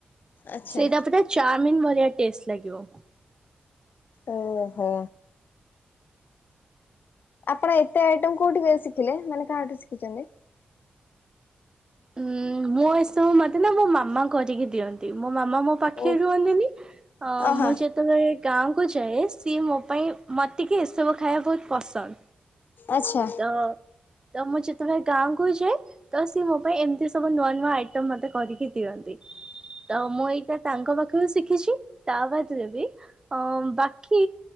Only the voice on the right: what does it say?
ସେଇଟା ପରେ ଚାମିନ୍ ଭଳିଆ ଟେଷ୍ଟ ଲାଗିବ।
ଉଁ ମୁଁ ଏସବୁ ମତେ ନା ମୋ ମାମା କରିକି ଦିଅନ୍ତି ମୋ ମାମା ମୋ ପାଖେଇ
ରୁହନ୍ତିନି ଅ
ମୁଁ ଯେତେବେଳେ ଗାଁକୁୁ ଯାଏ ସିଏ ମୋ ପାଇଁ ମତେ କି ଏସବୁ ଖାଇବା ବହୁତ ପସନ୍ଦ
ତ ତ ମୁଁ ଯେତେବେଳେ ଗାଁ କୁ ଯାଏ ତ ସିଏ ମୋ ପାଇଁ ଏମିତି ସବୁ ନୂଆ ନୂଆ ଆଇ- ଟମ୍ ମତେ କରିକି ଦିଅନ୍ତି, ତ ମୁଁ ଏଇଟା ତାଙ୍କ ପାଖରେ ଶିଖିଛି ତା ବାଦରେ ବି ଅ ବାକି